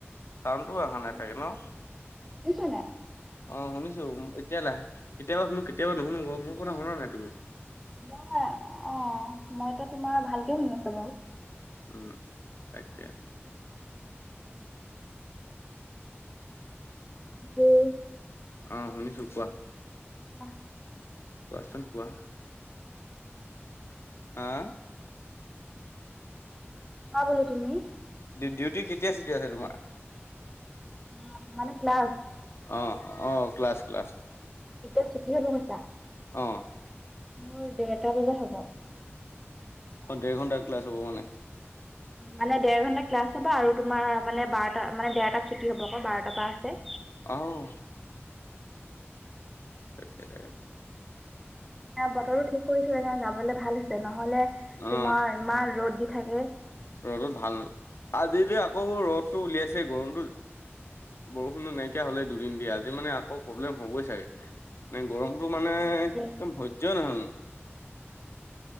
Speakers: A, on the left; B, in the centre.
A: চাউণ্ডটো অহা
B: অ
A: নাই চাগে ন?
B: শুনিছা নাই?
A: অঁ! শুনিছোঁ, এতিয়া লাহ কেতিয়াবা শুনো, কেতিয়াবা নুশুনো ক মোৰ কথা শুনা নাই তুমি?
B: মই অ, মইতো তোমাৰ ভালকে শুনি আছো বাৰু।
A: উম, তাকে।
B: <unintelligible>
A: অ, শুনিছোঁ। কোৱা?
B: <unintelligible>
A: কোৱাচোন কোৱা?
B: <unintelligible>
A: আঁ!
B: কোৱা বোলো তুমি?
A: ডিউটি কেতিয়া চুটি আছে তোমাৰ?
B: অ, মানে ক্লাছ?
A: অ, অ, ক্লাছ-ক্লাছ।
B: কেতিয়া ছুটি হ'ব কৈছা?
A: অঁ।
B: মোৰ দেৰটা বজাত হ'ব।
A: অ, দেৰ ঘণ্টাৰ ক্লাছ হ'ব মানে।
B: মানে দেৰ ঘণ্টা ক্লাছ হ'ব, আৰু তোমাৰ মানে বাৰটা মানে দেৰটাত ছুটি হ'ব আকৌ, বাৰটাৰ পৰা আছে।
A: অহ, তাকে।
B: এ, বতৰো ঠিক কৰিছে, মানে যাবলৈ ভাল হৈছে, নহ'লে
A: অ
B: তোমাৰ ইমান ৰ'দ দি থাকে।
A: ৰ'দত ভাল নাল, আজি যে আকৌ ৰ'দটো উলিয়াইছে গৰমটো বৰষুণটো নাইকিয়া হ'লে দুদিন দিয়া, আজি মানে আকৌ প্ৰব্লেম হ'বই চাগে। মানে গৰমটো
B: তাকে
A: মানে একদম
B: দেই।
A: সহ্যই নহয় মোৰ।